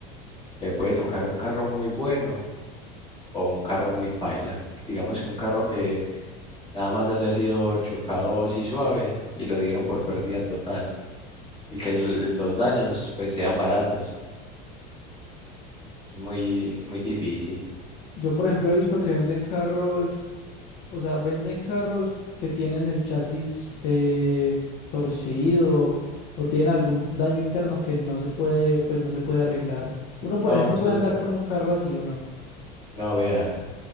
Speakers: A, on the left; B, on the left.
A: Le puede tocar un carro muy bueno o un carro muy paila. Digamos que un carro que nada más haya sido chocado así suave y lo dieron por pérdida total y que el- los daños pues sean baratos. Es muy, muy difícil.
B: yo, por ejemplo, he visto que venden carros, o sea, venden carros que tienen el chasis eh, torcido o tienen algún daño interno que no se puede, pues no se puede arreglar. Uno, por
A: No,
B: ejemplo,
A: eso
B: puede andar
A: es,
B: con un carro así o no.
A: no vea,